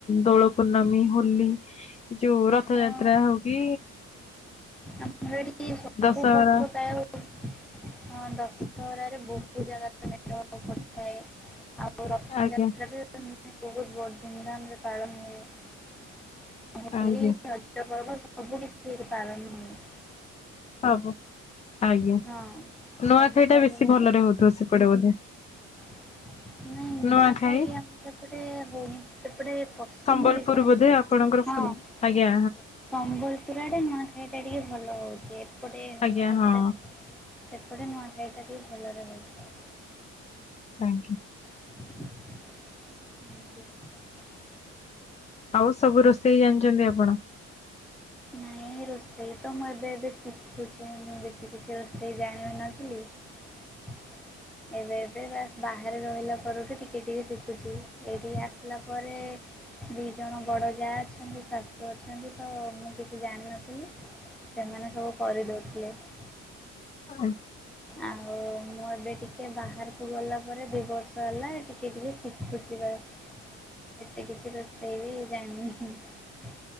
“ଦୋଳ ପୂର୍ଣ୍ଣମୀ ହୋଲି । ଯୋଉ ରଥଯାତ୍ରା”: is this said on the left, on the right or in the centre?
Left